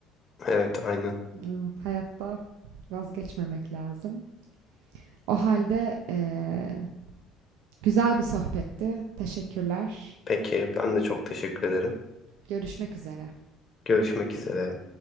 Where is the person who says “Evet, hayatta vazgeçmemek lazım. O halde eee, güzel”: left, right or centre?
Right